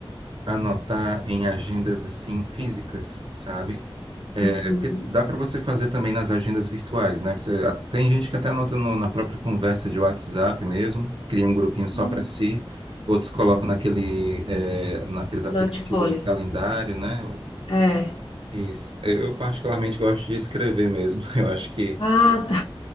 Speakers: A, on the right; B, on the left.
A: anotar em agendas assim físicas, sabe? É,
B: Uhum.
A: porque dá para você fazer também nas agendas virtuais, né? Você, a- tem gente que até anota no- na própria conversa de WhatsApp mesmo, cria um grupinho só
B: Hum.
A: para si, outros colocam naquele, é, naqueles aplicativos
B: Not Folly.
A: de calendário, né?
B: É.
A: Isso. Eu, eu particularmente gosto de escrever mesmo. <laughs> Eu acho que
B: Ah, tá.